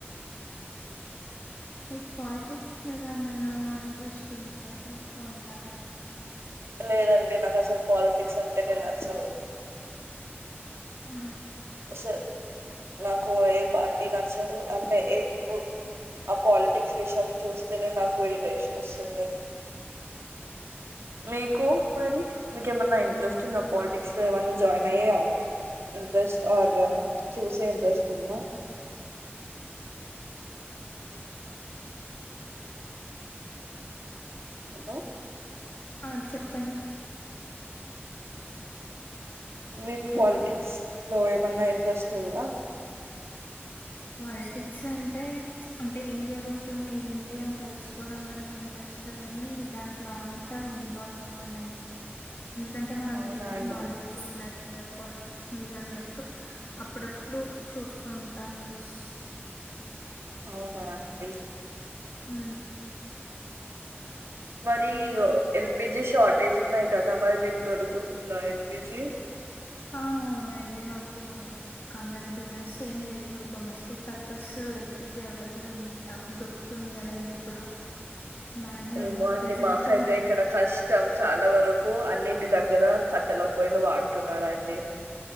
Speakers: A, on the left; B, on the right.
A: క్ పాలిటిక్స్ మీద ఏమైనా ఇంట్రెస్ట్ ఉందా చూస్తూ ఉంటారా
B: లేదండి నాకు అసలు పాలిటిక్స్ అంటేనే నచ్చవు
A: ఆ
B: అసలు నాకు ఏ పార్టీ నచ్చది అంటే ఎప్పుడు ఆ పాలిటిక్స్ విషయం చూస్తేనే నాకు ఇరిటేషన్ వస్తుంది మీకు మరి మీకేమన్నా ఇంట్రెస్ట్ ఉంద పాలిటిక్స్ లో ఏమైన్నా జాయిన్ అయ్యే ఇంట్రెస్ట్ ఆర్ చూసే ఇంట్రెస్ట్ ఉందా హలో
A: ఆ చెప్పండి
B: మీకు
A: హలో
B: పాలిటిక్స్ లో ఏమన్నా ఇంట్రెస్ట్ ఉందా
A: పాలిటిక్స్ అంటే అంటే ఏం జరుగుతుంది ఎంటి అని తెలుసుకోవడం వరికి ఇంట్రెస్ట్ కానీ దాంట్లో అంత ఇన్వాల్వ్ అవ్వనండి ఎందుకంటే మనకు
B: అవునా
A: బేసిక్
B: అండి
A: నాలెడ్జ్ ఉన్నది పాలిటిక్స్ మీద అన్నట్టు అప్పుడప్పుడు చూస్తుం టా న్యూస్
B: అవునా అండి
A: హు
B: మరి యె ఎల్ ఎల్పిజీ షార్టేజ్ ఉన్నాయి కదా మరి మీకు దొరుకుతుందా ఎల్పిజీ
A: ఆ అవునండి మాకు కామె బిజినెస్ ఏం లేదు డొమెస్టిక్ పర్పస్ ఎల్పిజీ అవైలబుల్ ఉన్ దొరుకుతుంది కదండి ఇప్పుడు బానే
B: ఏమో
A: ఉంది
B: అండి
A: ప్రజెంట్
B: మాకైతే ఇక్కడ కష్టం చాలా వరకు అన్ని ఇంటి దగ్గర కట్టెల పొయిలు వాడుతున్నరండి